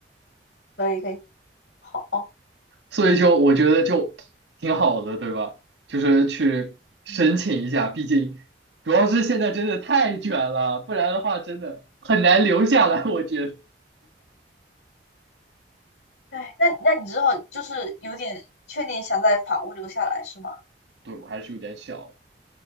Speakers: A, on the left (about 80°); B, on the right (about 80°).
A: 可以，可以，好，
B: 所以就我觉得就挺好的，对吧？就是去申请一下，
A: 嗯，
B: 毕竟主要是现在真的太卷了，不然的话真的很难留下来。我觉得，
A: 哎，那那你之后就是有点确定想在法国留下来是吗？
B: 对，我还是有点小。